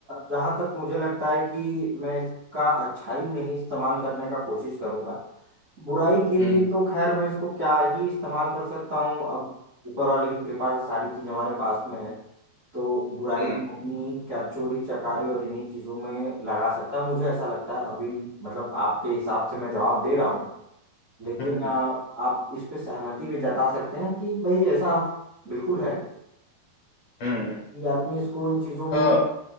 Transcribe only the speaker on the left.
हम्म
हम्म
हम्म
हम्म
अ,